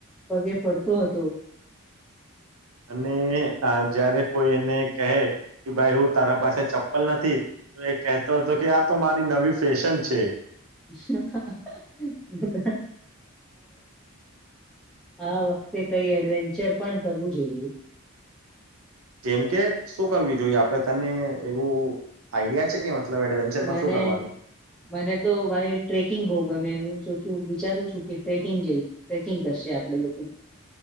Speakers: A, in the centre; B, on the right (about 75°).
A: પગે ફરતો હતો
B: અને જયારે કોઈ એને કહે કે ભાઈ હું તારા પાસે ચપ્પલ નથી તો એ કહેતો હતો કે આ તો મારી નવી ફેશન છે
A: <unintelligible> આ વખતે કઈ એડવેન્ચર પણ કરવું જોઈએ
B: જેમ કે શું કરવીું જોઈએ આપડે તને એવું આઈડિયા છે કે મતલબ એડવેન્ચરમાં
A: મને
B: શું કરવાનું
A: મને તો ભાઈ ટ્રેકિંગ બહ ગમે એું શ વિચારું છું કે ટ્રેકિંગ જઈ ટ્રેકિંગ કરશે આપડે લોકો